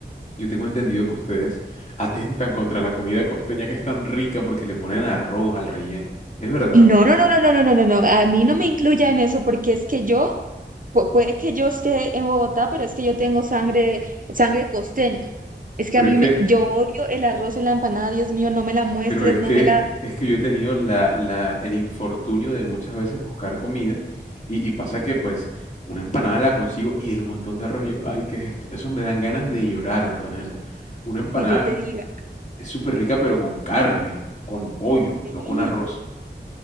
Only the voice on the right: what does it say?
No, no, no, no, no, no, no, no, no, a mí no me incluya en eso porque es que yo, pu- puede que yo esté en Bogotá, pero es que yo tengo sangre, sangre costeña. Es que
a mí
me, yo odio el arroz en la empanada, Dios mío, no me la muestres,
no
me la,
Uy,
que yo te diga.
Sí.